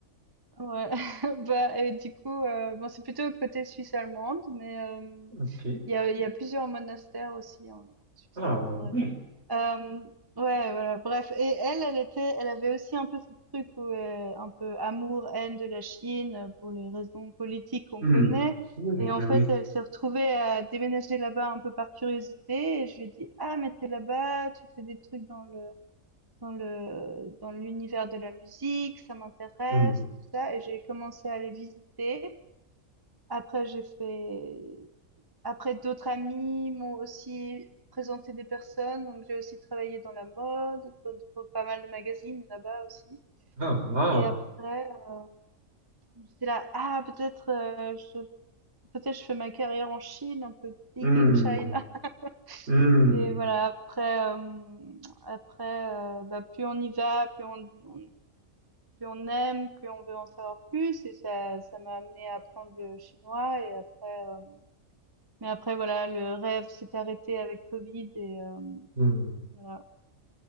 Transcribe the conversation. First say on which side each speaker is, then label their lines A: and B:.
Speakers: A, on the right (about 20°); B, on the right (about 55°).
A: Ouais, <laughs> bah et du coup, euh, bon, c'est plutôt côté Suisse allemande, mais euh,
B: OK.
A: il y a, il y a plusieurs monastères aussi en Suisse
B: Ah
A: romande,
B: oui.
A: bref. Euh, ouais, voilà, bref. Et elle, elle était, elle avait aussi un peu ce truc où euh, un peu amour-haine de la Chine euh, pour les raisons politiques qu'on
B: Hmm.
A: connaît.
B: Oui,
A: Et en
B: ben
A: fait,
B: oui.
A: elle s'est retrouvée à déménager là-bas un peu par curiosité. Et je lui ai dit, ah, mais t'es là-bas, tu fais des trucs dans le dans le dans l'univers de la musique, ça m'intéresse,
B: Hmm.
A: tout ça, et j'ai commencé à les visiter. Après, j'ai fait, après d'autres amis m'ont aussi présenté des personnes, donc j'ai aussi travaillé dans la mode, pour, pour pas mal de magazines là-bas aussi.
B: Ah, wow.
A: Et après, euh, j'étais là, ah peut-être euh, je peut-être je fais ma carrière en Chine, un peu big
B: Hmm.
A: in China. <laughs>
B: Hmm.
A: Et voilà, après, euh, après, euh, bah, plus on y va, plus on, on Plus on aime, plus on veut en savoir plus et ça ça m'a amené à apprendre le chinois et après euh, mais après voilà, le rêve s'est arrêté avec Covid et euh,
B: Hmm.
A: voilà.